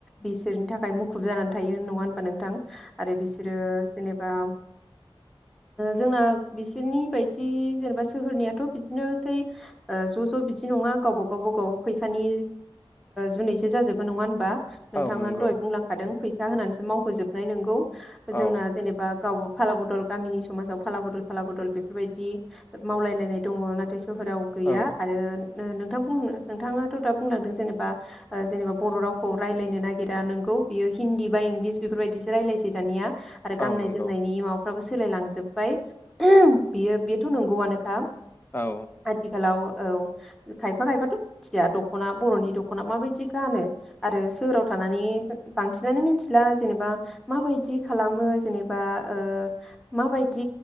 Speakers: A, in the centre; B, on the left.
A: बिसोरनि थाखाय मुखुब जानानै थायो नङा <unintelligible> नोंथां । आरो बिसोरो जेनेबा जोंना बिसोरनि बायदि जेनेबा सोहोरनियाथ बिदिनोसै ज ज बिदि नङा गावबा गावबागाव फैसानि जुनैसो जाजोबो नङा होनबा? नोंथाङानो
B: औ नंगौ
A: दहाय बुंलांखादों फैसा <unintelligible> मावहोजोबनाय नोंगौ जोंना
B: औ
A: जेनेबा गाव फाला बदल गामिनि समाजाव फाला बदल फाला बदल बेफोरबायदि मावलायलायनाय दङ नाथाय सोहोराव गैया
B: औ
A: आरो नोंथां नोंथाङाथ दा बुंलांदों जेनेबा जेनेबा बर रावखौ रायजलायनो नागिरा नोंगौ बियो हिन्दी बा इंलिस बेफोरबायदिसो रायलायसै दानिया । आरो गाननाय
B: औ नंगौ
A: जोमनायनि <unintelligible> <unintelligible> फोराबो सोलायलांजोबबाय बियो बेथ नंगौआनोखा ।
B: औ
A: आथिखालाव औ खायफा खायफाथ। <unintelligible> दखना बर'नि दखना माबायदि गानो आरो सोहोराव थानानै बांसिनानो मिथिला । जेनेबा माबायदि खालामो जेनेबा ओ माबायदि